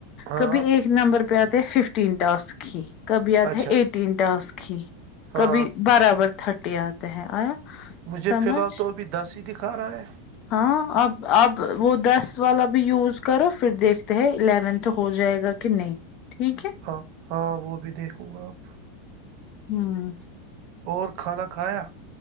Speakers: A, on the right (about 55°); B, on the left (about 45°).
A: ہاں
B: کبھی ایک نمبر پہ آتے ہیں ففٹین ٹاسک ہی کبھی آتا
A: اچھا
B: ہے ایٹ تینٹا اس کی
A: ہاں
B: کبھی برابر تھرٹی آتا ہے آیا
A: مجھے
B: سمجھ
A: فی الحال تو ابھی دس ہی دکھا رہا ہے
B: ہاں اب اب وہ دس والا بھی یوز کرو پھر دیکھتے ہیں الیونتھ ہو جائے گا کنے ٹھیک ہے
A: ہاں ہاں وہ بھی دیکھوں گا آپ
B: ہوں
A: اور کھانا کھایا